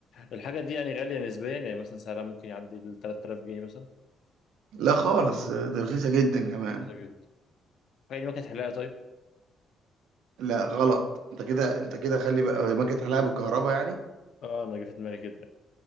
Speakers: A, on the left; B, on the right.
A: الحاجة دي يعني غالية نسبيا يعني مثلا سعرها ممكن يعدي ال 3000 جنيه مثلا
B: لا خالص دي رخيصة جدا كمان
A: رخيصة جدا الحاجة دي ما كانت حلاقة طيب
B: لا غلط انت كده انت كده خلي بقى هو ماكينة حلاقة بالكهرباء يعني
A: اه انا جه في دماغي كده